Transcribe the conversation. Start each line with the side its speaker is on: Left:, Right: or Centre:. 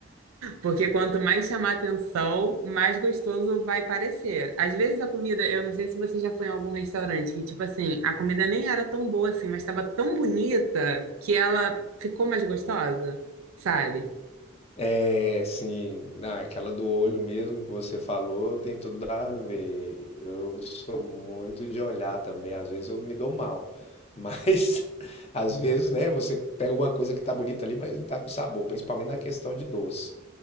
Right: porque quanto mais chamar atenção, mais gostoso vai parecer. Às vezes a comida, eu não sei se você já foi em algum restaurante, que tipo assim, a comida nem era tão boa assim, mas estava tão bonita que ela ficou mais gostosa, sabe?
Left: <laughs> é, sim, não, é aquela do olho mesmo que você falou tem tudo a ver. Eu sou muito de olhar também, às vezes eu me dou mal. Mas <laughs> às vezes, né, você pega alguma coisa que tá bonita ali, mas não tá com sabor, principalmente na questão de doce.